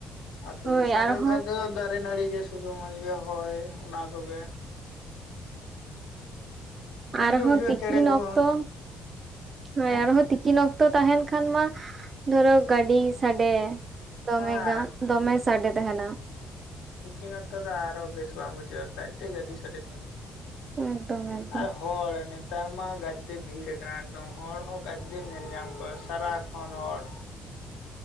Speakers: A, on the left; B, on the right.
A: ᱟᱹᱛᱩ
B: ᱦᱳᱭ
A: ᱫᱤᱥᱚᱢ
B: ᱟᱨᱦᱚᱸ
A: ᱨᱮ ᱠᱷᱟᱡ ᱫᱚᱼᱼ ᱫᱟᱨᱮ ᱱᱟᱹᱲᱤ ᱜᱮ ᱥᱩᱫᱩ ᱢᱚᱸᱡᱽ ᱜᱮ ᱦᱚᱭ ᱚᱱᱟ ᱠᱚᱜᱮᱼᱼ ᱢᱚᱸᱡᱽ
B: ᱟᱨᱦᱚᱸ
A: ᱜᱮ ᱵᱩᱡᱷᱟᱹᱜᱼᱟ
B: ᱛᱤᱸᱠᱤᱱ
A: ᱪᱮᱬᱮ ᱠᱚ
B: ᱚᱠᱛᱚ ᱦᱳᱭ
A: ᱦᱮᱸ
B: ᱟᱨᱦᱚᱸ ᱛᱤᱠᱼᱼ ᱛᱤᱠᱤᱱ ᱚᱠᱛᱚ ᱛᱟᱸᱦᱮᱱ ᱠᱷᱟᱱ ᱢᱟ ᱫᱷᱚᱨᱚ ᱜᱟᱹᱰᱤ ᱥᱟᱰᱮᱼᱼ ᱫᱚᱢᱮ
A: ᱟᱨ
B: ᱜᱟᱱ ᱫᱚᱢᱮ ᱥᱟᱰᱮ ᱛᱟᱸᱦᱮᱱᱟ᱾
A: ᱛᱤᱠᱤᱱ ᱚᱠᱛᱚ ᱫᱚ ᱟᱨᱚ ᱵᱮᱥ ᱵᱟᱝ ᱵᱩᱡᱷᱟᱹᱜᱼᱟ ᱠᱟᱡ ᱫᱚ ᱜᱟᱹᱰᱤ ᱥᱟᱰᱮ ᱛᱟᱦᱮᱱᱟ᱾
B: ᱮᱠᱫᱚᱢ ᱮᱠᱫᱚᱢ
A: ᱟᱨ ᱦᱚᱲ ᱱᱮᱛᱟᱨ ᱢᱟ ᱜᱟᱰᱼᱼ ᱟᱰᱤ ᱵᱷᱤᱲ ᱟᱠᱟᱱᱟ ᱮᱠᱫᱚᱢ ᱦᱚᱲ ᱦᱚᱸ ᱜᱟᱫᱫᱮ ᱧᱮᱞ ᱧᱟᱢ ᱠᱚᱣᱟ ᱥᱟᱨᱟᱠᱷᱚᱱ ᱦᱚᱲ᱾